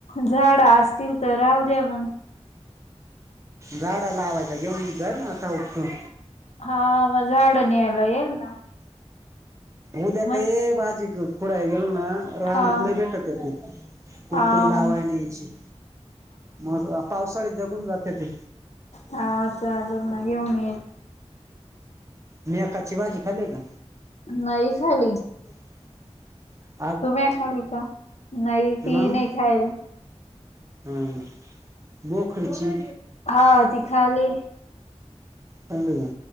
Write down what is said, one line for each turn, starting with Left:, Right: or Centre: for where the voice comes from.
Left: झाडा असतील तर राहू द्या मंग.
Right: झाडा लावायला घेऊन जाई ना आता उठून.
Left: हा म झाडं नियायला येईल ना.
Right: उद्या
Left: मग
Right: काय बाजी खुडायला गेल ना रानात
Left: हा
Right: लई भेटत आहे ती कुपटून
Left: हा
Right: लावाय
Left: मग
Right: नी याची. मग पावसाळी जगून जाते ती.
Left: हा चालेल ना घेऊन ये.
Right: मी एकाची भाजी खाललय का?
Left: नाही खाली.
Right: <inaudible>
Left: तुम्ही ऐ खालली का नाही
Right: मग
Left: ती नाही खायल.
Right: हम्म बोखरीची.
Left: हा ती खाली.
Right: चांगलंय म.